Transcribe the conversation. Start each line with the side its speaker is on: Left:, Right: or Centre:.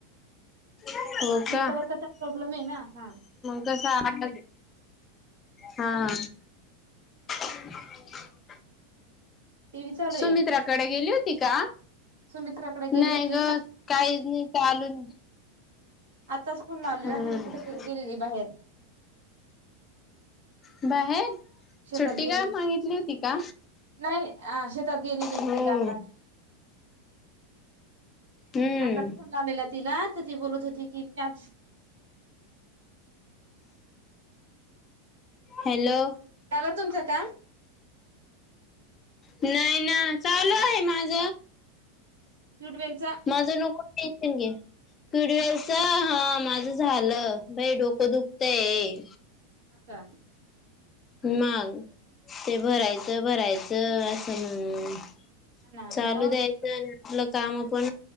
Left: हो का
Right: नेटवर्कचा प्रॉब्लेम हे ना हा
Left: कस <unintelligible> हा <inaudible>
Right: टीव्ही चालू आहे
Left: सुमित्राकडे गेली होती का
Right: सुमित्राकडे गेली
Left: नाही
Right: होती
Left: ग काहीच नाही चालून
Right: आत्ताच फोन लावलेला
Left: हम्म
Right: ती कुठेतरी गेलेली बाहेर
Left: बाहेर
Right: शेतात
Left: सुट्टी
Right: गेली
Left: का मागितली होती का
Right: नाही शेतात गेलेली
Left: हम्म
Right: ती लाकडा आणायला.
Left: हम्म
Right: आत्ताच फोन लावलेला तिला तर ती बोलत होती की मी
Left: हॅलो
Right: झालं तुमचं काम.
Left: नाही ना चालू आहे माझ.
Right: क्यूडवेल चा
Left: माझं नको टेन्शन घेत. किडवेलच हा माझं झालं लई डोकं दुखतय.
Right: होका
Left: मग ते भरायचं भरायचं असं हम्म
Right: ना
Left: चालू
Right: मग
Left: द्यायचं आपलं काम आपण